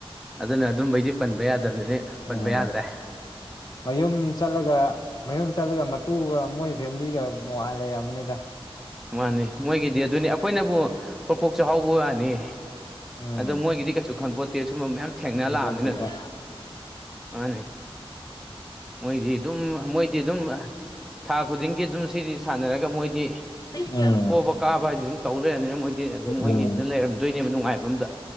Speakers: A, in the centre; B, on the left.
A: ꯑꯗꯨꯅ ꯑꯗꯨꯝꯕꯩꯗꯤ ꯄꯟꯕ ꯌꯥꯗꯕꯅꯤꯅ
B: ꯎꯝ
A: ꯄꯟꯕ ꯌꯥꯗ꯭ꯔꯦ
B: ꯃꯌꯨꯝ ꯆꯠꯂꯒ ꯃꯌꯨꯝ ꯆꯠꯂꯒ ꯃꯇꯨꯒ ꯃꯣꯏ ꯐꯦꯃꯤꯂꯤꯒ ꯅꯨꯡꯉꯥꯢꯅ ꯂꯩꯔꯝꯃꯅꯤꯗ
A: ꯃꯥꯅꯦ ꯃꯣꯏꯒꯤꯗꯤ ꯑꯗꯨꯅꯦ ꯑꯩꯈꯣꯏꯅꯕꯨ ꯄꯣꯛꯄꯣꯛ ꯆꯥꯛꯍꯧꯕꯩ ꯋꯥꯅꯤ
B: ꯎꯝ
A: ꯑꯗꯣ ꯃꯣꯏꯒꯤꯗꯤ ꯀꯩꯁꯨ ꯈꯟꯄꯣꯠꯇꯦ ꯁꯨꯝꯕ ꯃꯌꯥꯝ ꯊꯦꯡꯅ
B: ꯉꯝꯄꯣꯠꯇꯦꯗ
A: ꯂꯥꯛꯑꯕꯅꯤꯅ ꯑꯗꯨꯝ ꯃꯥꯅꯦ ꯃꯣꯏꯗꯤ ꯑꯗꯨꯝ ꯃꯣꯏꯗꯤ ꯑꯗꯨꯝ ꯊꯥ ꯈꯨꯗꯤꯡꯒꯤ ꯑꯗꯨꯝ ꯁꯤꯗꯤ ꯁꯥꯟꯅꯔꯒ ꯃꯣꯏꯗꯤ
B: ꯎꯝ
A: ꯄꯣꯕ ꯀꯥꯕ ꯍꯥꯏꯁꯦ ꯁꯨꯝ ꯇꯧ ꯂꯩꯔꯕꯅꯤꯅ ꯃꯣꯏꯗꯤ ꯑꯗꯨꯝ ꯃꯣꯏꯒꯤ
B: ꯎꯝ
A: ꯑꯝꯗ ꯂꯩꯔꯝꯗꯣꯏꯅꯦꯕ ꯅꯨꯡꯉꯥꯏꯕ ꯑꯝꯇ